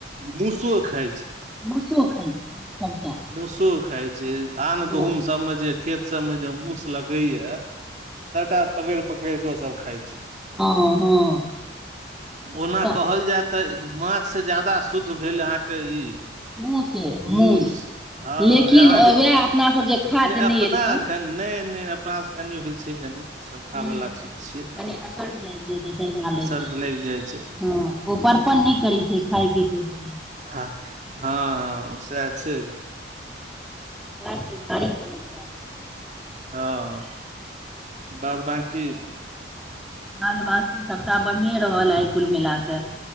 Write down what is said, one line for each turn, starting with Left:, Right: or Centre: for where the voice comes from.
Right: मूसो खाय छै
Centre: मसुओ खइ छै सभटा
Right: मूसो खाइत छै धान
Centre: हँ
Right: गहुँम सभमे जे खेत सभमे जे मूसु लगैए सबटा पकैड़ पकैड़ कऽ ओ सब खाय छै
Centre: हँ हँ
Right: ओना
Centre: तऽ
Right: कहल जाय तऽ माछ से ज्यादा शुद्ध भेल अहाँके ई
Centre: मुसे मुस
Right: मूस हँ
Centre: लेकिन
Right: जेना जे
Centre: वएह अपना सब जे खा
Right: ले
Centre: जो
Right: अपना
Centre: नहि एलहुँ
Right: एखन नहि नहि अपनासँ कनि होइ छै कनि श्रद्धा
Centre: हुँ हुँ
Right: वाला चीज छियै
Centre: कनि असर्ध लाइग जाइ छै सर्धा लाइग
Right: असर्ध
Centre: जाइ छै
Right: लागि जाइ छै
Centre: हँ ओ परतर नहि करै छै खाय के एको रती
Right: हँ हँ हँ सैह छै
Centre: <unintelligible>
Right: हँ बाद बकी
Centre: बाद बाँकी सभटा बढ़िये रहल आय कुल मिलाकऽ